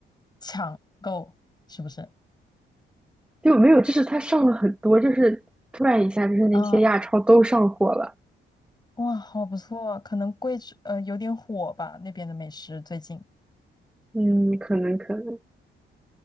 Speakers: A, on the left; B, in the centre.
A: 抢购是不是？
B: 就没有，就是它上了很多，就是突然一下，就是那些亚超都上货了。
A: 啊，哇，好不错，可能贵，呃，有点火吧，那边的美食最近。
B: 嗯，可能可能。